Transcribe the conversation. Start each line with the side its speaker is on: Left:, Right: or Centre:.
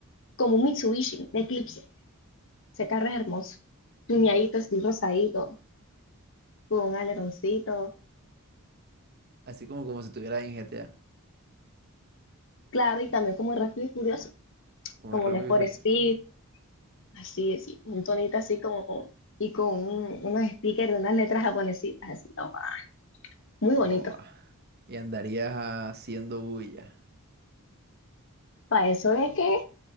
Left: como un Mitsubishi, un Eclipse. Ese carro es hermoso, tuneadito, así rosadito, con un aleroncito,
Right: así como como si estuviera en GTA,
Left: claro, y también como Rápido y Furioso,
Right: como
Left: como
Right: en Rápido
Left: un Sport
Right: y Furioso.
Left: Speed, así, así, un tonito así como con... Y con un- unos stickers de unas letras japonesitas, así, no, muy bonito.
Right: Oh, ah, y andarías haciendo bulla.
Left: Para eso es que